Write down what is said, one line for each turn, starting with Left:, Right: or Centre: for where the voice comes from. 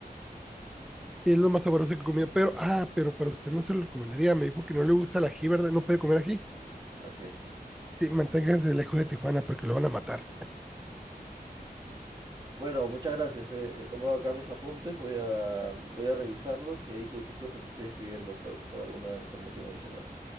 Centre: Es lo más sabroso que he comido, pero, ah, pero para usted no se lo recomendaría, me dijo que no le gusta el ají, ¿verdad? No puede comer ají.
Right: Así es.
Centre: Sí, manténganse lejos de Tijuana porque lo van a matar.
Right: Bueno, muchas gracias. eh, He tomado acá mis apuntes, voy a, voy a revisarlos y ahí cualquier cosa te estoy escribiendo por, por alguna información adicional.